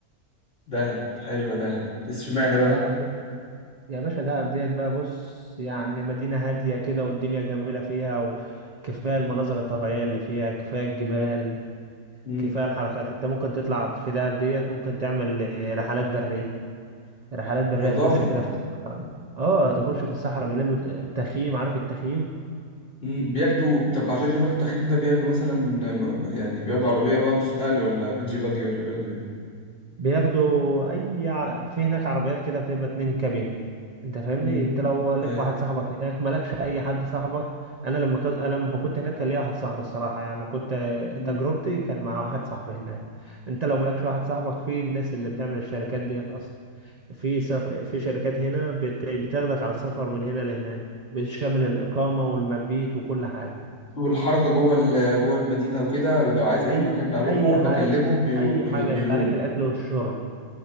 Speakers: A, on the left (about 40°); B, on the right (about 50°).
A: دهب حلوه دهب بس اشمعنى بقى
B: دهب يا باشا دهب ديت بقى بص يعني مدينة هادية كده والدنيا جميلة فيها وكفاية المناظر الطبيعية اللي فيها كفاية الجبال
A: مم.
B: كفاية الحركات انت ممكن تطلع في دهب ديت ممكن تعمل رحلات برية رحلات برية
A: والله
B: تخش كده في الصحراء اه تخش في الصحرا بالليل والتخييم عارف التخييم
A: مم، بياخدوا طب عشان يروحوا التخييم ده بياخدوا مثلا م- يعني بياخدوا عربية بقى نص نقل ولا بيجي باجي ولا بياخدوا ايه
B: بياخدوا اي ع... في هناك عربيات كده بتبقى اتنين كابين انت فاهمني
A: امم
B: انت لو لك
A: ايوه
B: واحد صاحبك هناك مالكش اي حد صاحبك انا لما كنت انا لما كنت هناك كان ليا واحد صاحبي الصراحه يعني كنت
A: مم.
B: تجربتي كان مع واحد صاحبي هناك انت لو مالكش واحد صاحبك في الناس اللي بتعمل الشركات ديت اصلا في سف... في شركات هنا بت... بتاخدك على سفر من هنا لهناك بتشمل الاقامه والمبيت وكل حاجه
A: والحركة جوه ال- جوه المدينة وكده لو عايز أي
B: اي
A: مكان أروحه
B: اي
A: بكلمهم
B: حاجه
A: بيروح
B: اي
A: بيقولوا
B: حاجه انت عليك
A: لي
B: الاكل والشرب